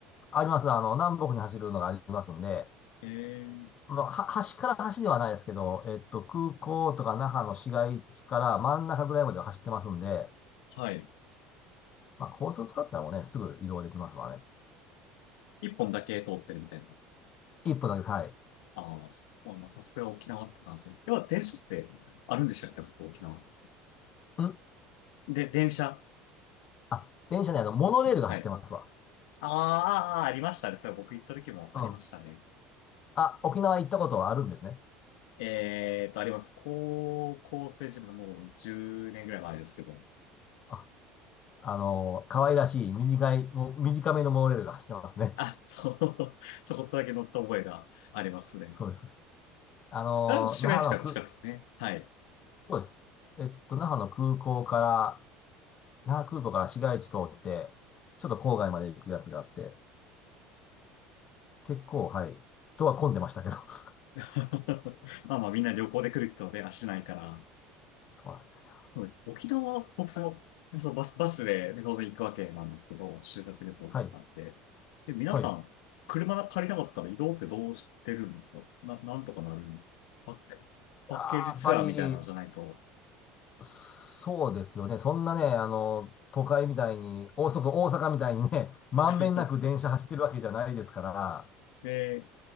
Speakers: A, on the left (about 40°); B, on the left (about 85°).
A: あります。あの、南北に走るのがありますんで、
B: ええ
A: まあ、は、端から端ではないですけど、えっと、空港とか那覇の市街地から真ん中ぐらいまでは走ってますんで、
B: はい。
A: まあ、高速使ったらもうね、すぐ移動できますわね。
B: 一本だけ通ってるみたいな。
A: 一分だけ、はい。
B: ああ、そうまあ、さすが沖縄って感じです。要は電車ってあるんでしたっけ、あそこ沖縄。
A: ん
B: で、電車。
A: あ、電車ね、あの、モノレールが走ってますわ。
B: はい。あーあー、あーありましたね。それ僕行った時もありましたね。
A: うん。あ、沖縄行ったことはあるんですね。
B: えーと、あります。高校生時分のもう10年ぐらい前ですけど。
A: あ、あのー可愛らしい、短い、もう短めのモノレールが走ってますね。
B: あ、そう。<laughs> ちょこっとだけ乗った覚えがありますね。
A: <laughs> そうです。あのー、
B: あれも市街地から近くてね。
A: 那覇のく、
B: はい。
A: そうです。えっと、那覇の空港から、那覇空港から市街地通って、ちょっと郊外まで行くやつがあって、結構、はい、人は混んでましたけど。<laughs>
B: <laughs> まあまあみんな旅行で来る人で足ないから、
A: そうなんですよ。
B: はい。沖縄、僕その、でそのバス、バスで当然行くわけなんですけど、修学旅行なんで。
A: はい、
B: で、皆さん、
A: はい。
B: 車借りなかったら移動ってどうしてるんですかな、なんとかなるんですかパッ、パッケージツアーみたいなのじゃないと。
A: あーやっぱり、そうですよね。そんなね、あの、都会みたいに、大阪、大阪みたいにね、<laughs> まんべんなく電車走ってるわけじゃないですから、
B: <laughs> で、